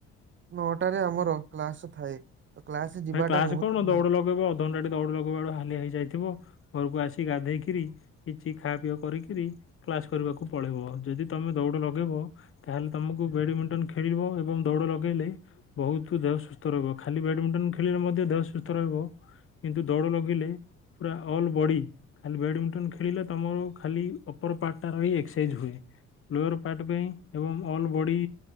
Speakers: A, on the right; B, on the left.
A: ନଅଟାରେ ଆମର କ୍ଲାସ ଥାଏ। ତ କ୍ଲାସ ଯିବାଟା
B: ଭାଇ କ୍ଲାସ୍
A: ମହତ୍ୱପୂର୍ଣ୍ଣ।
B: କଣ ଦୌଡ ଲଗେଇବ ଅଧଘଣ୍ଟା ଟି ଦୌଡ଼ ଲଗୁଇବା ବେକୁ ହାଲିଆ ହେଇଯାଇଥିବ। ଘରକୁ ଆସି ଗାଧେଇକିରି କିଛି ଖା ପିଇ କରିକିରି କ୍ଲାସ୍ କରିବାକୁ ପଳେଇବ। ଯଦି ତୋମେ ଦୌ ଡ ଲଗେଇବ ତାହେଲେ ତୋମକୁ ବେଡମିଣ୍ଟନ ଖେଳିବ, ଏବଂ ଦୌଡ଼ ଲଗେଇଲେ ବହୁତ ଦେହ ସୁସ୍ଥ ରହିବ ଖାଲି ବେଡମିଣ୍ଟନ ଖେଳିଲେ ମଧ୍ୟ ଦେହ ସୁସ୍ଥ ରହିବ। କିନ୍ତୁ ଦୌଡ଼ ଲଗେଇଲେ ପୁରା ଅଲ୍ ବଡି ଖାଲି ବେଡମିଣ୍ଟନ ଖେଳିଲେ ତୋମର ଖାଲି ଅପର ପାର୍ଟ ଟାର ହି ଏକ୍ସସାଇଜ୍ ହୁଏ । ଲୋର୍ ପାର୍ଟ ପାଇଁ ଏବଂ ଅଲ୍ ବଡି